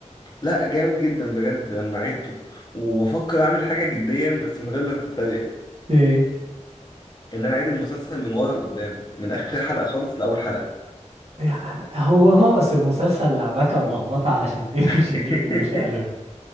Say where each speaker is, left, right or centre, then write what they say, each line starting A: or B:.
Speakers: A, on the left; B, on the right.
A: لا جامد جدا بجد لما عدته وبفكر اعمل حاجه جديا بس من غير ما تتريق
B: ايه
A: ان انا اعيد المسلسل من ورا لقدام من اخر حلقه خالص لاول حلقه
B: يعني هو ناقص المسلسل لعبكه ولخبطه علشان <laughs> تمشي
A: <laughs>
B: فيه بالمشقلب